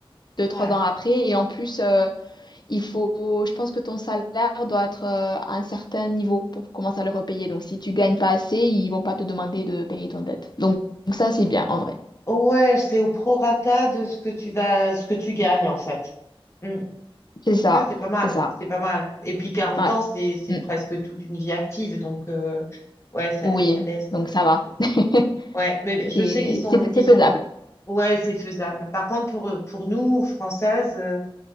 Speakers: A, on the left (about 50°); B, on the left (about 30°).
A: deux,
B: Ouais.
A: trois ans après. Et en plus, euh, il faut, je pense que ton salaire doit être euh, à un certain niveau pour commencer à le repayer. Donc, si tu gagnes pas assez, ils vont pas te demander de payer ton dette. Donc, donc ça, c'est bien, en vrai.
B: Ouais, c'est au prorata de ce que tu vas, ce que tu gagnes en fait. Mm.
A: C'est ça,
B: Ouais, c'est pas mal,
A: c'est ça.
B: c'est pas mal. Et puis 40
A: Ouais.
B: ans, c'est c'est
A: Mm.
B: presque toute une vie active, donc euh, ouais, ça,
A: Oui,
B: ça laisse.
A: donc
B: euh,
A: ça va.
B: ça laisse-
A: <laughs>
B: Ouais, mais je
A: C'est,
B: sais qu'ils sont
A: c'est,
B: ils
A: c'est faisable.
B: sont. Ouais, c'est faisable. Par contre, pour pour nous Françaises. euh,